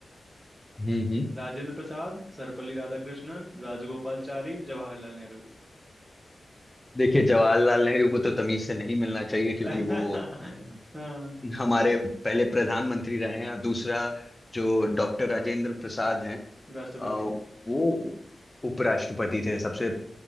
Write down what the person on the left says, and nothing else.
हम्म हम्म
देखिए जवाहरलाल नेहरू को तो तमीज से नहीं मिलना चाहिए
क्योंकि वो
हमारे पहले प्रधानमंत्री रहे हैं और दूसरा जो डॉक्टर राजेंद्र प्रसाद हैं
अ, वो उपराष्ट्रपति थे सबसे